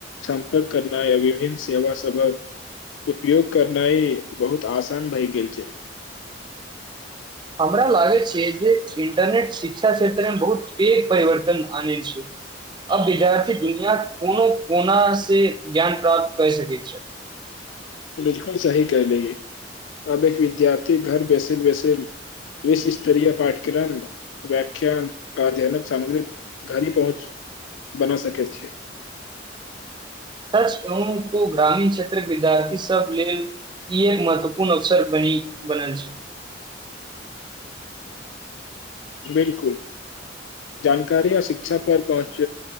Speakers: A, on the left; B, on the right.
A: सम्पर्क करनाइ आ विभिन्न सेवा सभक उपयोग करनाइ बहुत आसान भए गेल छै।
B: हमरा लागे छै जे इन्टरनेट शिक्षा क्षेत्रमे बहुत पेघ परिवर्तन आने छै। आ बीजा छी दुनिया कोनो कोना से ज्ञान प्राप्त कै सक छै।
A: बिलकुल सी क लए अब एक विद्यार्थी घर बैसल बैसल विश्व स्तरीय पाठ्यक्रम व्यख्यान अध्ययन सामग्री घर पहुँच बना सक छै।
B: सच कहू त ग्रामीण क्षेत्र विद्यार्थी सब लेल ई एक महत्वपूर्ण अवसर बनी बनेल छै
A: बिलकुल जानकारी आ शिक्षा पर पहुँच